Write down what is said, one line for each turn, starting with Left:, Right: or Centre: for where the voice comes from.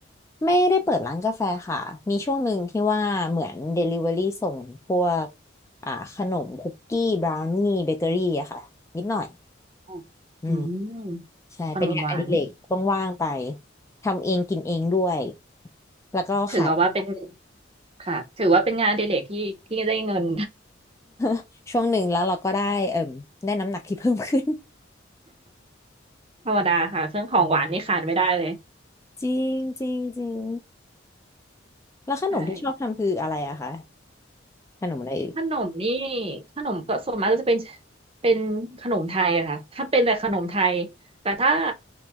Left: ไม่ได้เปิดร้านกาแฟค่ะ มีช่วงหนึ่งที่ว่าเหมือน Delivery ส่งพวกอ่าขนมคุกกี้บราวนี่เบเกอรี่อะค่ะ นิดหน่อย
Right: ออ
Left: อืม
Right: อืม
Left: ใช่เป็นงานอดิเรกว่างๆไป
Right: ขนมหวาน
Left: ทำเองกินเองด้วย แล้วก็ขาย
Right: ถือว่าเป็นค่ะถือว่าเป็นงานอดิเรกที่ที่ได้เงิน
Left: <laughs> ช่วงหนึ่งแล้วเราก็ได้เอิ่มได้น้ำหนักที่เพิ่มขึ้น
Right: <laughs> ธรรมดาค่ะเครื่องของหวานนี่ขาดไม่ได้เลย
Left: <laughs> จริงจริงจริงแล้วขนมที่ชอบทำคืออะไรอะคะ
Right: ใช่
Left: ขนมอะไรอีก
Right: ขนมนี่ขนมก็ส่วนมากก็จะเป็นเป็นขนมไทยอะค่ะถ้าเป็นแต่ขนมไทยแต่ถ้า